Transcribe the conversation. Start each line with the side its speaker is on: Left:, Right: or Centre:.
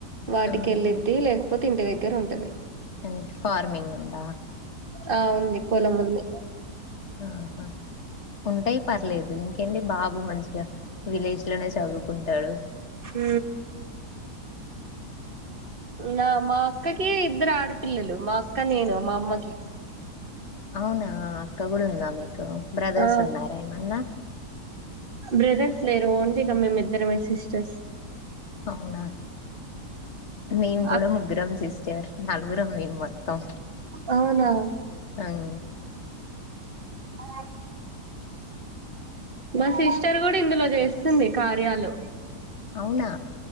Right: వాటికిెళ్ళిద్ది
Left: ఆహా!
Right: లేకపోతే ఇంటి దగ్ర దగ్గర ఉంటుది
Left: అే ఫార్మింగ్ ఉందా
Right: ఆ ఉంది పొలం ఉంది
Left: ఆహా ఉంటాయి పర్లేదు ఇంకేంటి బాబు మంచిగా విలేజ్ లోనే చదువుకుంటాడు
Right: హ నా మా అక్కకి ఇద్దరు ఆడపిల్లలు మా అక్క నేను మా అమ్మకి
Left: అవునా అక్క కూడా ఉందా మీకు బ్రదర్స్
Right: ఆ
Left: ఉన్నారా ఏమన్నా
Right: బ్రదర్స్ లేరు ఓన్లీగా మేమిద్దరమే సిస్టర్స్
Left: అవునా మేము కూడా
Right: అక్క
Left: ముగ్గురం సిస్త చ్చారు నలుగురమ్మే మొత్తం
Right: అవునా
Left: అవు
Right: అ మా సిస్టర్ కూడా ఇందులో చేస్తుంది కార్యాలు
Left: అవునా